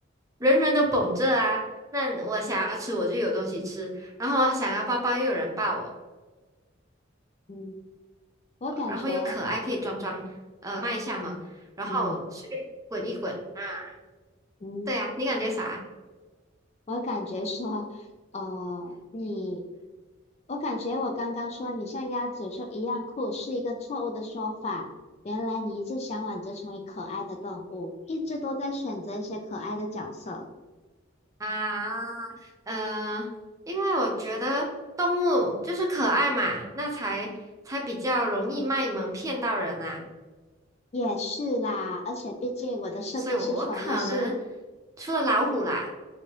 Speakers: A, on the right; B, on the left.
A: 人人都捧着啊。那我想要吃，我就有东西吃；然后我想要抱抱，又有人抱我。
B: 嗯，我感觉，
A: 然后又可爱，可以装装呃卖下萌，然后随便滚一滚啊。
B: 嗯嗯。
A: 对呀、你感觉啥
B: 我感觉说，呃，你，我感觉我刚刚说你像鸭嘴兽一样酷是一个错误的说法。原来你一直向往着成为可爱的动物，一直都在选择一些可爱的角色。
A: 啊？呃，因为我觉得动物就是可爱嘛，那才才比较容易卖萌骗到人啊。
B: 也是啦，而且毕竟我的设定是什么是
A: 所以我，我可能除了老虎啦，